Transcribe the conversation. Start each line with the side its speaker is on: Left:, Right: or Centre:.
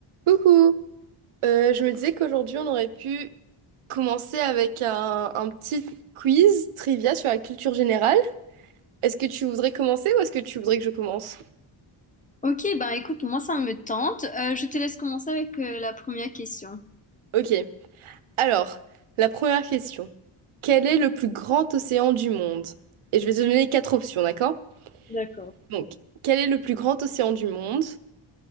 Right: Coucou, Euh, je me disais qu'aujourd'hui on aurait pu commencer avec un, un petit quiz trivia sur la culture générale. Est-ce que tu voudrais commencer ou est-ce que tu voudrais que je commence?
Left: Ok, ben écoute, moi ça me tente. Euh, je te laisse commencer avec euh, la première question.
Right: Ok, alors, la première question. Quel est le plus grand océan du monde? Et je vais te donner quatre options, d'accord?
Left: D'accord.
Right: Donc, quel est le plus grand océan du monde?